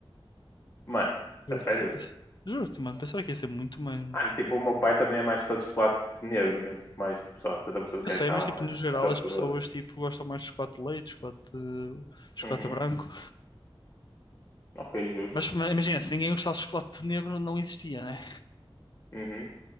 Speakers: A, on the left; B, on the left.
A: Mano,
B: Juro-te.
A: a sério?
B: Pens- Juro-te, mano, pensava que ia ser muito mais. mano.
A: Mano, tipo, o meu pai também é mais fã de chocolate, tipo, negro, mesmo, tipo, mais, tipo, só 70% do
B: Eu
A: cacau,
B: sei, mas tipo,
A: mas,
B: no geral
A: mas é horroroso.
B: as pessoas tipo, gostam mais de chocolate de leite, chocolate, chocolate
A: Uhum,
B: branco.
A: ok, justo.
B: Mas ma- imagina, se ninguém gostasse de chocolate negro, não existia, né?
A: Uhum.